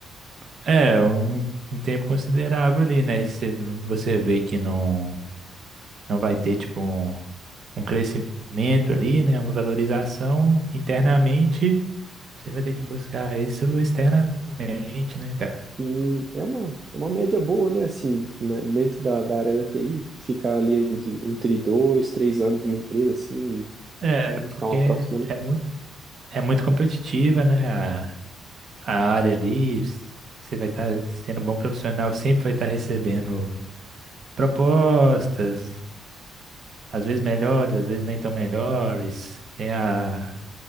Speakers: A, on the right; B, on the right.
A: É, um, um tempo considerável ali, né? E se você vê que não não vai ter, tipo, um, um crescimento ali, né? Uma valorização internamente, você vai ter que buscar isso externamente, né, cara?
B: E é uma, é uma média boa, né? Assim, né? Dentro da, da área da TI, ficar ali de- entre dois, três anos numa empresa, assim, e
A: É,
B: buscar
A: porque
B: uma próxima, né?
A: é muito, é muito competitiva, né? A, a área ali, s- você vai estar sendo um bom profissional, sempre vai estar recebendo propostas, às vezes melhores, às vezes nem tão melhores. Tem a